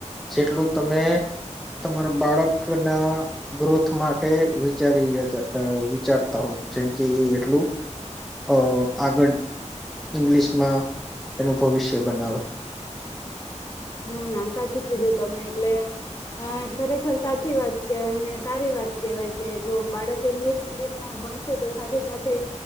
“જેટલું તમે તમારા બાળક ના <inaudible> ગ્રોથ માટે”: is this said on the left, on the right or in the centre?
Centre